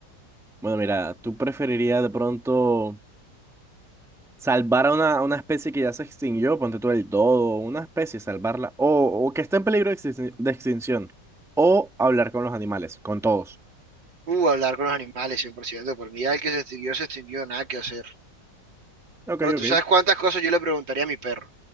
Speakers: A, in the centre; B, on the right.
A: Bueno, mira, tú preferirías de pronto salvar a una, a una especie que ya se extinguió, ponte tú el dodo, una especie, salvarla, o, o que está en peligro de extin- de extinción, o hablar con los animales, con todos.
B: Uh, hablar con los animales, 100%. Por ciento. Por mí ya el que se extinguió, se extinguió, nada que hacer.
A: Ok,
B: Bro, tú
A: ok.
B: sabes cuántas cosas yo le preguntaría a mi perro.